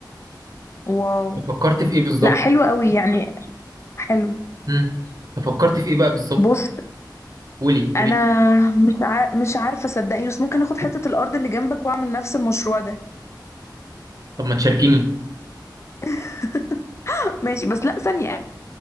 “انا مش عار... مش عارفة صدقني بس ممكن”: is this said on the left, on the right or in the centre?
Left